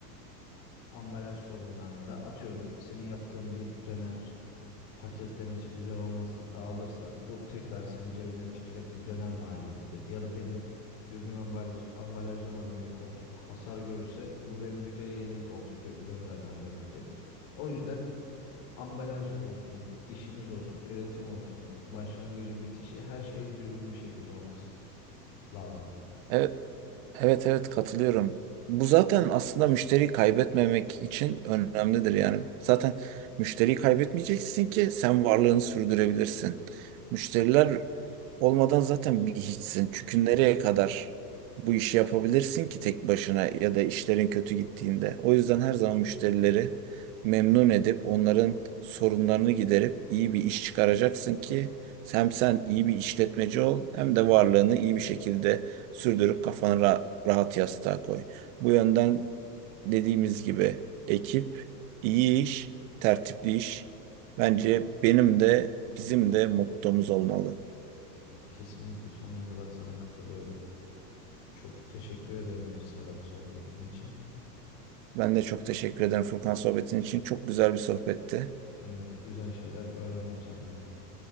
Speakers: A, on the left; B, on the right.
A: Ambalaj sorunlarında atıyorum senin yaptığın bir döner paketlemesi güzel olmazsa dağılırsa bu tekrar senin cebinden çıkacak bir döner maliyetidir. Ya da benim düzgün ambalaj, ambalajlamadığım bir koltuk hasar görürse bu benim müşteriye yeni bir koltuk gö- göndermem demektir. O yüzden ambalaj olsun, işimiz olsun, üretim olsun, başlangıcı bitişi her şey düzgün bir şekilde olması lazım.
B: Evet. Evet evet katılıyorum. Bu zaten aslında müşteriyi kaybetmemek için önemlidir. Yani zaten müşteriyi kaybetmeyeceksin ki sen varlığını sürdürebilirsin. Müşteriler olmadan zaten bir hiçsin. Çünkü nereye kadar bu işi yapabilirsin ki tek başına ya da işlerin kötü gittiğinde. O yüzden her zaman müşterileri memnun edip onların sorunlarını giderip iyi bir iş çıkaracaksın ki hem sen iyi bir işletmeci ol hem de varlığını iyi bir şekilde Sürdürüp kafanı ra- rahat yastığa koy. Bu yönden dediğimiz gibi ekip, iyi iş, tertipli iş. Bence benim de bizim de mottomuz olmalı.
A: Evet, kesinlikle sonuna kadar sana katılıyorum. Çok teşekkür ederim Serhat sohbetin için.
B: Ben de çok teşekkür ederim Furkan sohbetin için. Çok güzel bir sohbetti.
A: Evet, güzel şeyler öğrendim seninle.